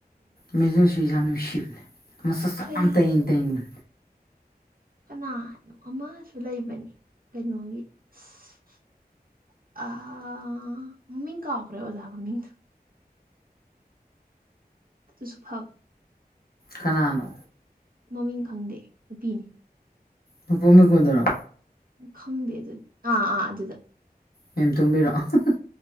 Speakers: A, on the left; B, on the right.
A: ꯃꯤꯁ ꯖꯣꯢꯁ꯭ꯔꯤꯖ ꯌꯥꯝ ꯅꯨꯡꯁꯤꯕꯅꯦ ꯃꯁꯛꯁꯨ
B: ꯑꯩꯈꯣꯏ
A: ꯌꯥꯝ ꯇꯢꯪ ꯇꯏꯪꯅ
B: ꯀꯅꯥꯅꯣ ꯑꯃꯁꯨ ꯂꯩꯕꯅꯤ ꯀꯩꯅꯣꯒꯤ <unintelligible> ꯑꯥꯑꯥꯑꯥꯑꯥ ꯃꯃꯤꯡ ꯀꯥꯎꯈꯔꯦ ꯑꯣꯖꯥ ꯃꯃꯤꯡꯗꯣ ꯑꯗꯨꯁꯨ ꯐꯕꯅꯤ
A: ꯀꯅꯥꯅꯣ
B: ꯃꯃꯤꯡ ꯈꯪꯗꯦ ꯅꯨꯄꯤꯅꯤ
A: ꯄꯨꯄꯨ ꯃꯤꯒꯣꯟꯗꯔꯣ
B: ꯈꯪꯗꯦ ꯑꯗꯨꯗꯤ ꯑꯥ ꯑꯥ ꯑꯗꯨꯗ
A: ꯃꯦꯝꯇꯨꯝꯕꯤꯔꯣ ꯑꯍꯍ